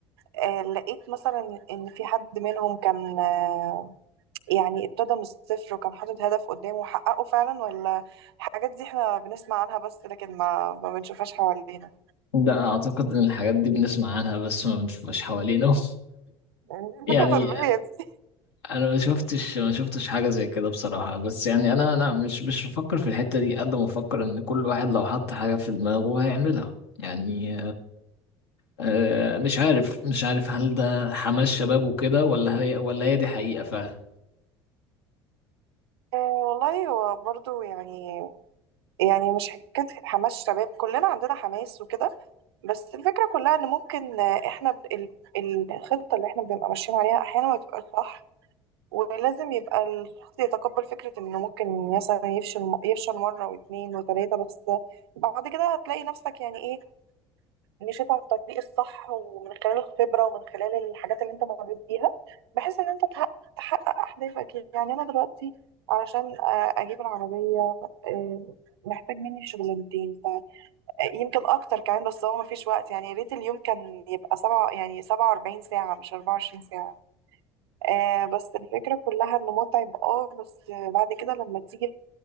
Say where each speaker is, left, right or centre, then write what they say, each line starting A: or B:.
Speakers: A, on the right; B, on the left.
A: آه، لقيت مثلا ان في حد منهم كان آه، يعني ابتدى من الصفر وكان حاطط هدف قدامه وحققه فعلا ولا الحاجات دي احنا بنسمع عنها بس لكن ما ما بنشوفهاش حوالينا
B: ده اعتقد ان الحاجات دي بنسمع عنها بس ما بنشوفهاش حوالينا
A: يعني دي
B: <laughs>
A: الثقافة
B: يعني
A: السلبية دي
B: انا ما شفتش ما شفتش حاجه زي كده بصراحه بس يعني انا انا مش مش بفكر في الحته دي قد ما بفكر ان كل واحد لو حط حاجه في دماغه هيعملها يعني آه، مش عارف مش عارف هل ده حماس شباب وكده ولا هي ولا هي دي حقيقه فعلا
A: آه، والله هو برضو يعني يعني مش حكاية حماس شباب كلنا عندنا حماس وكده بس الفكرة كلها ان ممكن آه، احنا ب- ال- الخطة اللي احنا بنبقى ماشيين عليها احيانا ما تبقاش صح ولازم يبقى الشخص يتقبل فكرة انه ممكن مثلا يفشل يفشل مرة واثنين وثلاثة بس بعد كده هتلاقي نفسك يعني ايه مشيت على الطريق الصح ومن خلال الخبرة ومن خلال الحاجات اللي انت مريت بيها بحيث ان انت تحقق, تحقق اهدافك يعني انا دلوقتي علشان آه، اجيب العربية آه، محتاج مني شغلانتين فيمكن اكتر كمان بس هو مفيش وقت يعني يا ريت اليوم كان يبقى سبعة يعني سبعة واربعين ساعة مش اربعة وعشرين ساعة آه بس الفكرة كلها انه متعب اه بس بعد كده لما تيجي